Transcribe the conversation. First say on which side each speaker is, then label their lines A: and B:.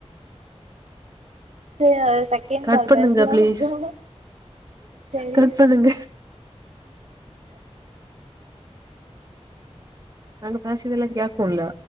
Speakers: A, on the right; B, on the right.
A: சியர்ஸ் செகண்ட்
B: கட்
A: கால்
B: பண்ணுங்க
A: பேசலா
B: பிளீஸ்
A: அப்ரோ சரி
B: கட் பண்ணுங்க நாங்க பேசியதெல்லா கேக்குல